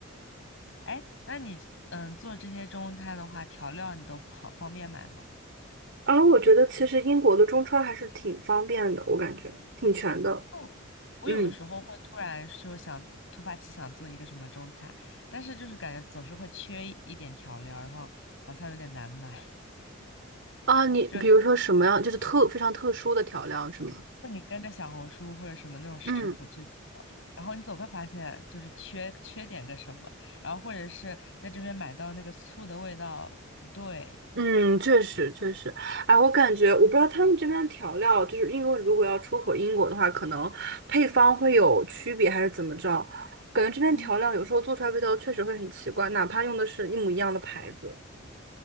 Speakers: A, on the left (about 65°); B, on the right (about 60°).
A: 哎，那你嗯做这些中餐的话，调料你都好方便买吗？
B: 然后我觉得其实英国的中餐还是挺方便的，我感觉挺全的，
A: 哦我有的时候会突然说想突发奇想做一个什么中餐，
B: 嗯。
A: 但是就是感觉总是会缺一一点调料，然后好像有点难买。
B: 啊，
A: <laughs>
B: 你比如说什么样，
A: 就
B: 就是特非常特殊的调料是吗？
A: 就你跟着小红书或者什么那种食谱去
B: 嗯，
A: 然后你总会发现就是缺缺点个什么，然后或者是在这边买到那个醋的味道不对
B: 嗯，确实确实，哎，我感觉我不知道他们这边的调料，就是因为如果要出口英国的话，可能配方会有区别还是怎么着？感觉这边调料有时候做出来味道确实会很奇怪，
A: 嗯，
B: 哪怕用的是一模一样的牌子。